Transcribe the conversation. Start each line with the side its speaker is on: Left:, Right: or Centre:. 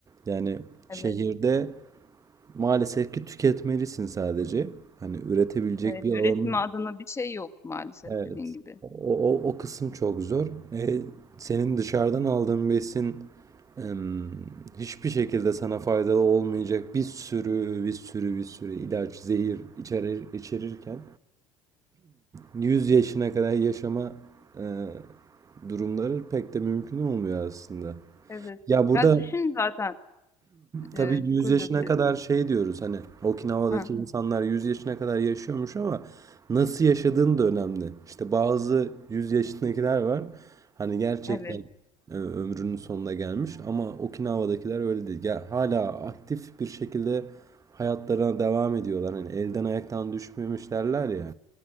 Right: Yani
Left: Evet,
Right: şehirde maalesef ki tüketmelisin sadece. Hani üretebilecek
Left: evet.
Right: bir alanın
Left: Üretimi adına bir şey yok maalesef
Right: Evet.
Left: dediğin gibi.
Right: O, o, o kısım çok zor. E, senin dışarıdan aldığın besin em, hiçbir şekilde sana faydalı olmayacak bir sürü bir sürü bir sürü ilaç, zehir içerir, içerirken 100 yaşına kadar yaşama e, durumları pek de mümkün olmuyor aslında.
Left: Evet.
Right: Ya burada
Left: Ya düşün zaten, eee,
Right: Tabii 100
Left: çok özür
Right: yaşına
Left: dilerim.
Right: kadar şey diyoruz hani Okinawa'daki
Left: Ha,
Right: insanlar 100 yaşına kadar yaşıyormuş ama nasıl yaşadığın da önemli. İşte bazı 100 yaşındakiler var hani gerçekten
Left: evet,
Right: e, ömrünün sonuna gelmiş ama Okinawa'dakiler öyle değil. Ya hala aktif bir şekilde hayatlarına devam ediyorlar. Hani elden ayaktan düşmemiş derler ya.